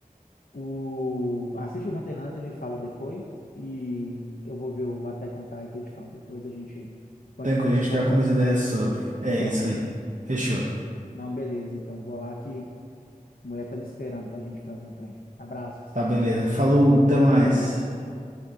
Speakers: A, on the left; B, on the right.
A: O... Assiste o Hunter x Hunter e me fala depois. E eu vou ver o Attack on Titan e te falo. Depois a gente continua
B: Tranquilo,
A: essa
B: a gente
A: conversa.
B: tem algumas ideias sobre. É
A: Fechou?
B: isso aí. Fechou.
A: Não, beleza. Então vou lá que a mulher tá me esperando pra gente fazer um trem. Abraço pra você.
B: Tá, beleza. Falou, até mais.
A: Falou, tchau, tchau.